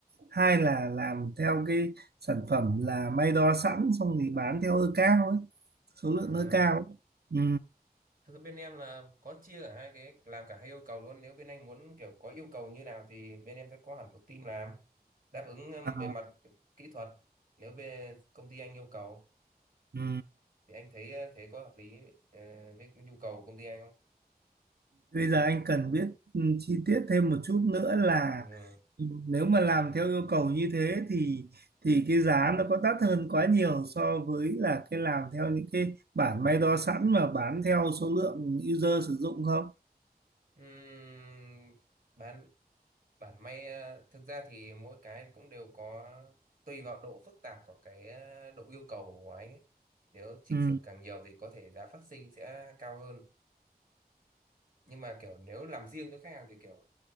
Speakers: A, on the right; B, on the right.
A: hai là làm theo cái sản phẩm là may đo sẵn xong thì bán theo ơ cao ấy, số lượng
B: Ờ.
A: ơ cao ấy. Ừ.
B: Thực ra bên em là có chia cả hai cái làm cả hai yêu cầu luôn nếu bên anh muốn kiểu có yêu cầu như nào thì bên em sẽ có hẳn một team làm đáp ứng um,
A: À,
B: về mặt kỹ thuật nếu bên công ty anh yêu cầu
A: ừ.
B: Ừ. thì anh thấy ờ, thế có hợp lý ờ, với cái nhu cầu của công ty anh không?
A: Bây giờ anh cần biết ừ, chi tiết thêm một chút nữa là
B: Ừ.
A: nếu mà làm theo yêu cầu như thế thì thì cái giá nó có đắt hơn quá nhiều so với là cái làm theo những cái bản may đo sẵn mà bán theo số lượng user sử dụng không?
B: Ừm, bản bản may ờ, thực ra thì mỗi cái cũng đều có tùy vào độ phức tạp của cái ờ, độ yêu cầu của anh ấy. Nếu chỉnh
A: Ừ,
B: sửa càng nhiều thì có thể giá phát sinh sẽ cao hơn nhưng mà kiểu nếu làm riêng cho khách hàng thì kiểu